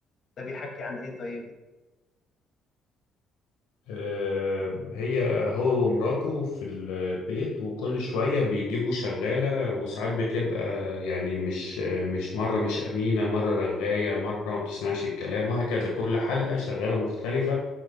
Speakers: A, on the left (about 55°); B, on the left (about 85°).
A: ده بيحكي عن ايه طيب
B: آه، هي هو ومراته في البيت وكل شوية بيجيبوا شغالة وساعات بتبقى يعني مش مش مرة مش أمينة مرة رغاية مرة ما بتسمعش الكلام وهكذا كل حلقة شغالة مختلفة